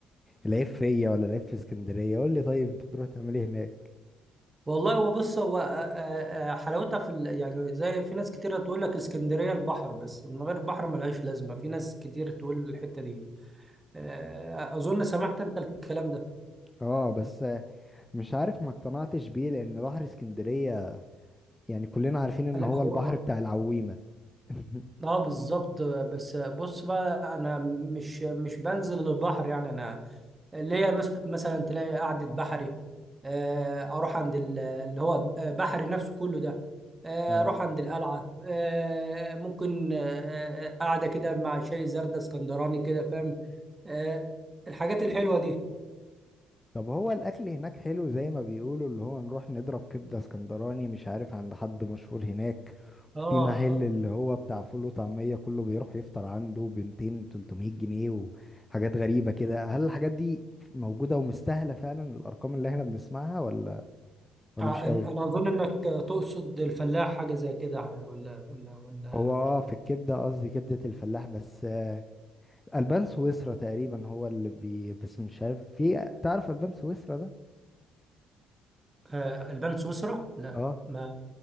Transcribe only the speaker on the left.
العيب فيا ولا العيب في اسكندريه قول لي طيب انت بتروح تعمل ايه هناك
اه بس مش عارف ما اقتنعتش بيه لان بحر اسكندرية يعني كلنا عارفين ان
هو
البحر بتاع العويمة <laughs>
آه
طب هو الاكل هناك حلو زي ما بيقولوا اللي هو نروح نضرب كبدة اسكندراني مش عارف عند حد مشهور هناك
في محل اللي هو بتاع فول وطعمية كله بيروح يفطر عنده بنتين 300 جنيه وحاجات غريبة كده هل الحاجات دي موجودة ومستاهلة فعلا الارقام اللي احنا بنسمعها ولا ولا
مش
قوي
هو اه في الكبدة قصدي كبدة الفلاح بس البان سويسرا تقريبا هو اللي بي بس مش عارف في تعرف البان سويسرا ده
اه